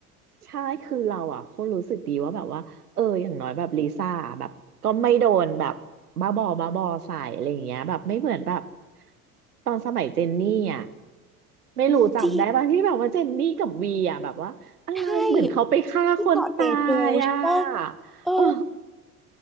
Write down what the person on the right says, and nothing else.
ใช่คือเราอ่ะโคตรรู้สึกดีว่าแบบว่าเอออย่างน้อยแบบลิซ่าแบบก็ไม่โดนแบบบ้าบอบ้าบอใส่อะไรอย่างเงี้ยแบบไม่เหมือนแบบตอนสมัยเจนนี่อ่ะไม่รู้จำได้ป่ะที่แบบว่าเจนนี่กับวีอ่ะแบบว่าอะไรเหมือนเขาไปฆ่าคนตายอ่ะ
<laughs>
เออ